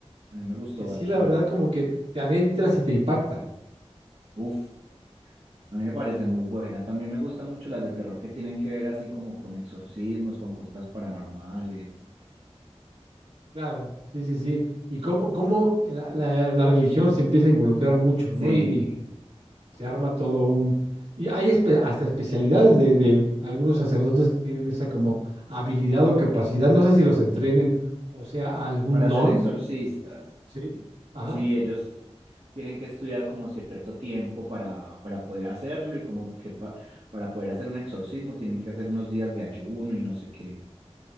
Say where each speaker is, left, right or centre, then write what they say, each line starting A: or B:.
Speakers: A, on the right; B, on the right.
A: A mí me gustó
B: que sí,
A: bastante.
B: la verdad, como que te adentras y te impacta.
A: Uf. A mí me parece muy buena. También me gustan mucho las de terror que tienen que ver así como con exorcismos, con cosas paranormales.
B: Claro, sí, sí, sí. Y cómo, cómo la, la- la religión se empieza a involucrar mucho,
A: Sí,
B: ¿no? Y, y se arma todo un... Y hay espe- hasta especialidades de, de algunos sacerdotes que tienen esa como habilidad o capacidad, no sé si los entrenen o sea algún
A: para
B: don,
A: ser exorcistas,
B: ¿sí? Ajá.
A: sí, ellos tienen que estudiar como cierto tiempo para, para poder hacerlo y como que pa- para poder hacer un exorcismo tienen que hacer unos días de ayuno y no sé qué.